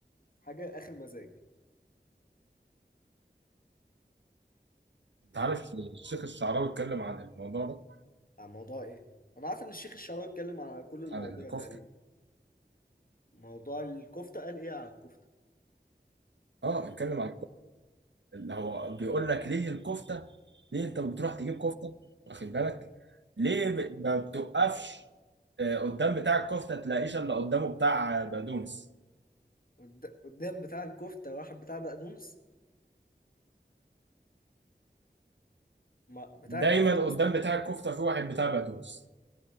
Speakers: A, on the left; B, on the right.
A: حاجة آخر مزاج
B: انت عارف الشيخ الشعراوي اتكلم عن الموضوع ده
A: عن موضوع إيه؟ أنا عارف إن الشيخ الشعراوي اتكلم على كل المواضيع
B: عن الكفته
A: تقريبا موضوع الكفتة قال إيه على الكفتة؟
B: اه اتكلم عن اللي هو بيقول لك ليه الكفته ليه
A: امم
B: انت بتروح تجيب كفته واخد
A: امم
B: بالك ليه ب- ما بتوقفش آه، قدام بتاع الكفته تلاقيش الا قدامه بتاع آه، بقدونس
A: قد- قدام بتاع الكفتة واحد بتاع بقدونس ما بتاع
B: دايما
A: الكفتة
B: قدام
A: أصلا
B: بتاع الكفته في واحد بتاع بقدونس